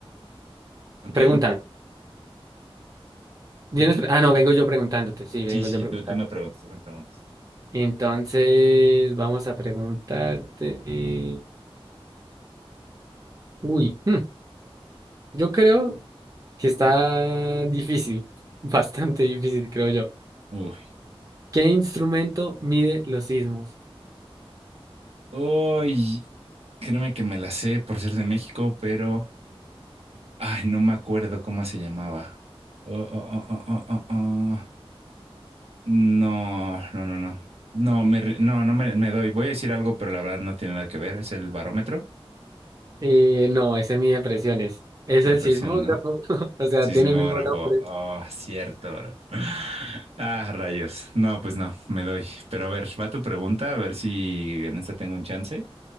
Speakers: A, on the right (about 85°); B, on the right (about 35°).
A: ¿Ok?
B: Pregúntame. ¿Vienes
A: Ujú.
B: pre- ah, no, vengo yo preguntándote. Sí, vengo
A: Sí, sí,
B: yo preguntándote.
A: tú, tú me preguntas, tú me preguntas.
B: Entonces, vamos a preguntarte. Uy, hmm, yo creo que está difícil, <laughs> bastante difícil, creo yo.
A: Uy,
B: ¿Qué instrumento mide los sismos?
A: uy, créeme que me la sé por ser de México, pero, ay, no me acuerdo cómo se llamaba. Oh, oh, oh, oh, oh, oh, oh. No, no, no, no. No, me, ri- no, no me, me doy. Voy a decir algo, pero la verdad no tiene nada que ver. Es el barómetro.
B: Eh, no, ese mide presiones. Es
A: Es el
B: el
A: presión,
B: sismógrafo,
A: ¿no?
B: <laughs> o sea,
A: Sismógrafo.
B: tiene el mismo nombre.
A: Oh, cierto, bro. Ah, rayos. No, pues no, me doy. Pero a ver, va tu pregunta, a ver si en esta tengo un chance.